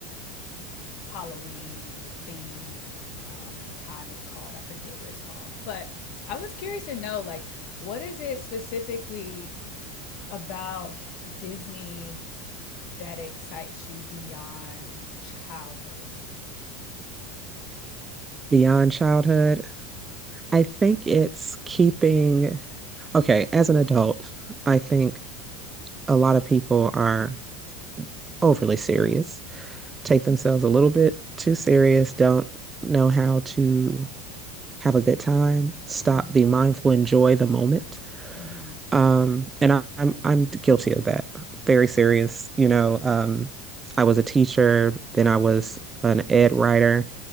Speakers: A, on the left (about 60°); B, on the right (about 20°).
A: Halloween themed um, time is called. I forget what it's called, but I was curious to know like what is it specifically about Disney that excites you beyond childhood?
B: Beyond childhood, I think it's keeping, okay, as an adult, I think a lot of people are overly serious. take themselves a little bit too serious, don't know how to have a good time, stop,
A: Mm-hmm.
B: be mindful, enjoy the moment.
A: Mm-hmm.
B: Um, and I, I'm I'm guilty of that. Very serious, you know. Um, I was a teacher, then I was an ed writer,